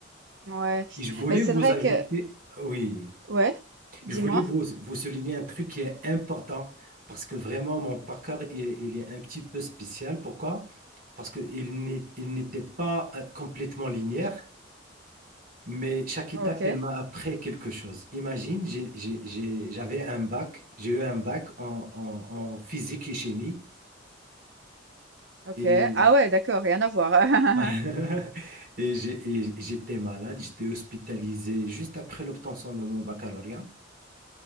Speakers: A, on the right (about 60°); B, on the right (about 45°).
A: ouais.
B: Et je voulais
A: Mais c'est
B: vous
A: vrai
B: ajouter,
A: que...
B: oui.
A: Ouais, dis-moi.
B: Je voulais vous, vous souligner un truc qui est important parce que vraiment mon parcours il, il est un petit peu spécial. Pourquoi? Parce qu'il n'est, il n'était pas euh, complètement linéaire, mais chaque étape
A: OK,
B: elle m'a appris quelque chose. Imagine, j'ai- j'ai- j'ai- j'avais un bac, j'ai eu un bac en, en- en physique et chimie
A: OK.
B: et,
A: Ah ouais, d'accord, rien à voir. <laughs>
B: <laughs> et j'ai- et j'étais malade, j'étais hospitalisé juste après l'obtention de mon baccalauréat.